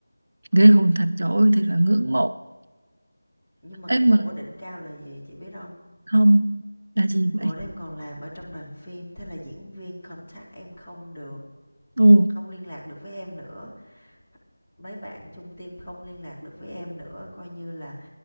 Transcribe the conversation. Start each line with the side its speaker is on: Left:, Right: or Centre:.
Right: Ghê hồn thật, trời ơi, thật là ngưỡng mộ.
Left: Nhưng mà cái
Right: Ê
Left: vụ
Right: mà
Left: ở đỉnh cao là gì chị biết không?
Right: không là gì
Left: Hồi
Right: vậy?
Left: đó em còn làm ở trong đoàn phim thế là diễn viên contact em không được,
Right: Ồ,
Left: không liên lạc được với em nữa mấy bạn chung team không liên lạc được với em nữa coi như là